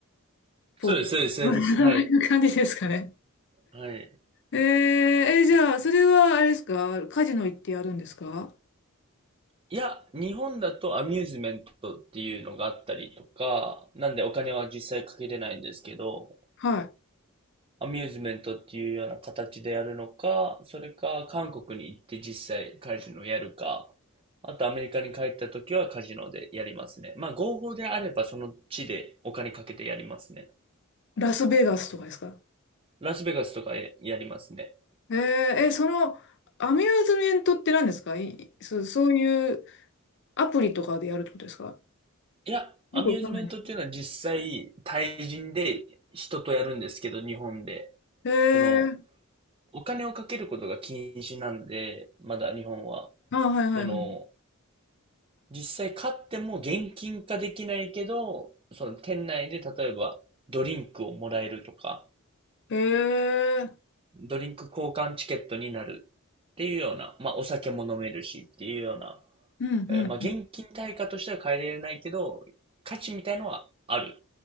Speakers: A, on the left; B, on the right.
A: ポーカー。
B: そうです、そうです、
A: <laughs>
B: そうです。
A: そういう感じですかね。
B: はい。はい。
A: えー、え、じゃあ、それは、あれですか、カジノ行ってやるんですか
B: いや、日本だとアミューズメントっていうのがあったりとか、なんでお金は実際かけれないんですけど、
A: は
B: アミューズメントっていうような形でやるのか、それか韓国に行って実際カジノをやるか、あとアメリカに帰った時はカジノでやりますね。まあ合法であればその地でお金かけてやりますね。
A: い。ラスベガスとかですか
B: ラスベガスとかややりますね。
A: えー、え、その、アミューズメントって何ですかい、そう、そういうアプリとかでやるってことですか
B: いや、アミューズメントっていうのは実際対人で人とやるんですけど、
A: よくわかんないですけ
B: 日本で。
A: ど。え
B: その、
A: ー、
B: お金をかけることが禁止なんで、まだ日本は。
A: あ、はいはいはい。
B: その、実際買っても現金化できないけど、その店内で例えばドリンクをもらえるとか、
A: えー、
B: ドリンク交換チケットになるっていうような、まあお酒も飲めるしっていうような、
A: うんうん。
B: えーまあ現金対価としては変えられないけど、価値みたいのはある